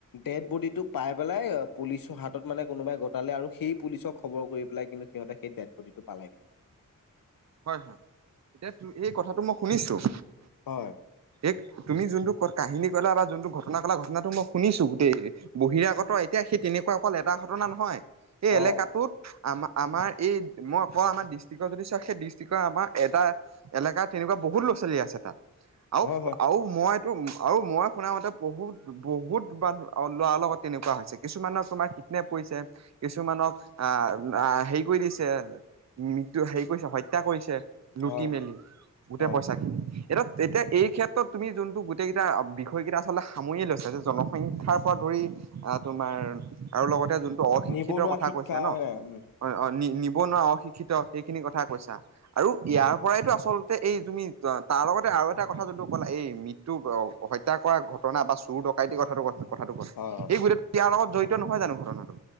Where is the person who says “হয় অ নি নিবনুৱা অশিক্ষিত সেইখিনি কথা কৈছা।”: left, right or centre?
Right